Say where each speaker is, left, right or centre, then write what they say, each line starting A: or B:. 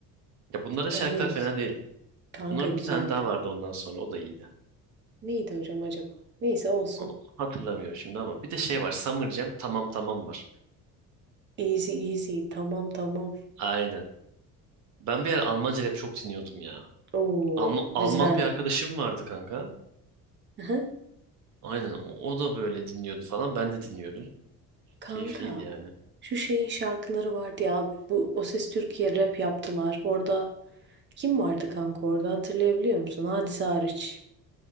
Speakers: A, on the right (about 55°); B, on the right (about 35°).
A: Ya bunların şarkılar
B: Aynen güzel.
A: fena değil.
B: Kanka
A: Bunların
B: güzeldi.
A: bir tane daha vardı ondan sonra o da iyiydi.
B: Neydi hocam acaba? Neyse olsun.
A: O- Hatırlamıyorum şimdi ama bir de şey var Summer Jam tamam tamam var.
B: Easy easy. Tamam tamam.
A: Aynen. Ben bir ara Almanca rap çok dinliyordum ya.
B: Oo
A: Alma- Alman
B: güzel.
A: bir arkadaşım vardı kanka.
B: Hı-hı.
A: Aynen o, o da böyle dinliyordu falan. Ben de dinliyordum.
B: Kanka
A: Keyifliydi yani.
B: şu şeyin şarkıları vardı ya abi. Bu O Ses Türkiye rap yaptılar. Orada kim vardı kanka orada hatırlayabiliyor musun? Hadise hariç.